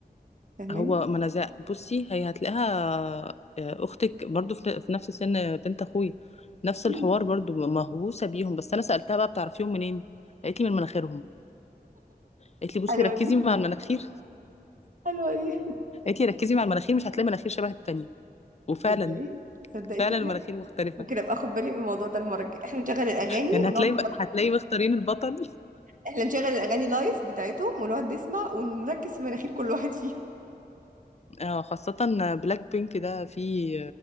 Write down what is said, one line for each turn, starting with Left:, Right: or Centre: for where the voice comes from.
Right: فاهماني
Left: هو منازع بصي هي هتلاقيها آه، اختك برضو في في نفس سن بنت اخويا نفس
Right: مم.
Left: الحوار برضو مهووسه بيهم بس انا سالتها بقى بتعرفيهم منين قالت لي من مناخيرهم قالت لي بصي
Right: حلوة
Left: ركزي
Right: دي
Left: مع المناخير
Right: حلوة دي
Left: قالت لي ركزي مع المناخير مش هتلاقي مناخير شبه التانية وفعلا
Right: تصدقي تصدقي
Left: فعلا
Right: فكرة
Left: المناخير مختلفة
Right: ممكن ابقى اخد بالي من الموضوع ده المرة الجاية احنا نشغل الاغاني
Left: يعني
Right: ونقعد
Left: هتلاقي
Right: نتفرج.
Left: هتلاقي مختارين البطل
Right: احنا نشغل الاغاني لايف بتاعتهم ونقعد نسمع ونركز في مناخير كل واحد فيهم
Left: اه خاصة بلاك بينك ده في